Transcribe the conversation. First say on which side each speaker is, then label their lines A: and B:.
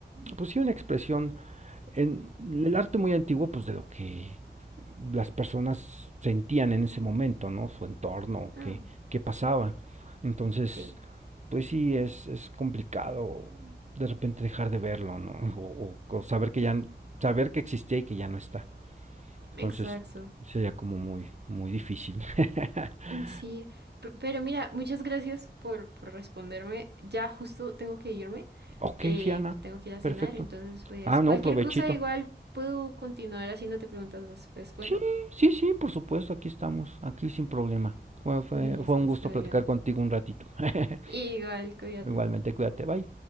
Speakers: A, on the right (about 40°); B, on the right (about 65°).
A: pues sí, una expresión en el arte muy antiguo, pues de lo que las personas sentían en ese momento, ¿no? Su entorno,
B: Mm,
A: qué, qué pasaba. Entonces,
B: Sí,
A: pues sí, es, es complicado de repente dejar de verlo, ¿no? O, o- o saber que ya, saber que existía y que ya no está. Entonces,
B: exacto.
A: sería como muy, muy difícil. <laughs>
B: Mm, Sí, pe- pero mira, muchas gracias por, por responderme. Ya justo tengo que irme,
A: Ok,
B: eh,
A: sí, Ana,
B: pues tengo que ir a
A: perfecto.
B: cenar, entonces pues
A: Ah, no,
B: cualquier
A: provechito.
B: cosa igual puedo continuar haciéndote preguntas después. Bueno,
A: Sí, sí, sí, por supuesto, aquí estamos, aquí sin problema. Fue,
B: <laughs>
A: fue,
B: listo,
A: fue un
B: está
A: gusto platicar
B: bien.
A: contigo un ratito. <laughs>
B: Igual, cuídate.
A: Igualmente, cuídate, bye.